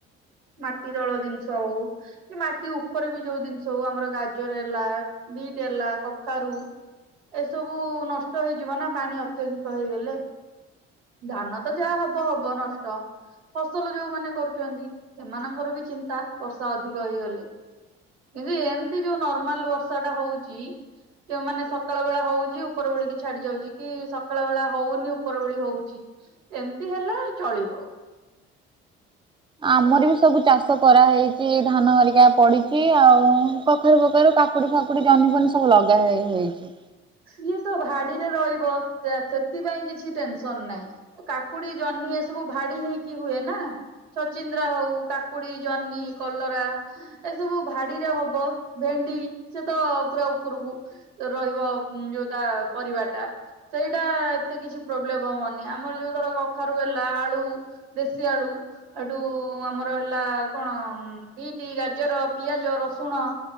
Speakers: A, on the right; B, on the right.
A: ମାଟି ତଳ ଜିନିଷ ହଉ କି ମାଟି ଉପ ଉପରେ ବି ଯୋଉ ଜିନିଷ ହଉ ଆମର ଗାଜର ହେଲା ବିଟ୍ ହେଲା କଖାରୁ। ଏସବୁ ନଷ୍ଟ ହେଇଯିବ ନା ପାଣି ଅତ୍ୟଧିକ ହେଇଗଲେ। ଧାନ ତ ଯାହା ହବ ହବ ନଷ୍ଟ। ଫସଲ ଯୋଉମାନେ କରୁଛନ୍ତି ସେମାନଙ୍କର ବି ଚିନ୍ତା ବର୍ଷା ଅଧିକ ହେଇଗଲେ। କିନ୍ତୁ ଏମିତି ଯୋଉ ନର୍ମାଲ ବର୍ଷା ଟା ହଉଛି। କି ମାନେ ସକାଳ ବେଳା ହଉଛି ଉପର ବେଳିକି ଛାଡି ଯାଉଛି କି ସକାଳ ବେଳା ହଉନି ଉପର ବେଳି ହଉଛି। ଏମିତି ହେଲେ ଚଳିବ।
B: ଆମର ବି ସବୁ ଚାଷ କରାହେଇଛି ଧାନ ହରିକା ପଡିଛି ଆଉ କଖାରୁ ଫଖାରୁା କା କାକୁଡି ଫାକୁଡି ଜହ୍ନି ଫନି ସବୁ ଲଗା ହେଇ ହେଇଛି।
A: ସିଏ ତ ଭାଡିରେ ରହିବ ସିଆ ସେଥିପାଇଁ କିଛି ଟେନସନ ନାହିଁ। କାକୁଡି ଜହ୍ନି ଏସବୁ ଭାଡି ହେଇକି ହୁଏ ନା। ଛଚିନ୍ଦ୍ରା ହଉ କାକୁଡି ଜହ୍ନି କଲରା। ଏସବୁ ଭାଡିରେ ହବ ଭେଣ୍ଡି ସିଏ ତ ପୁରା ଉପରକୁ ରହିବ। ଉଁ ଯୋଉ ତା ପରିବା ଟା। ସେଇଟା ଏତେ କିଛି ପ୍ରୋବ୍ଲେବ ହବନି ଆମର ଯୋଉ ଧର କଖାରୁ ହେଲା ଆଳୁ। ଦେଶୀ ଆଳୁ। ଏଠୁ ଆମର ହେଲା କଣ ବିଟି ଗାଜର ପିଆଜ ରସୁଣ।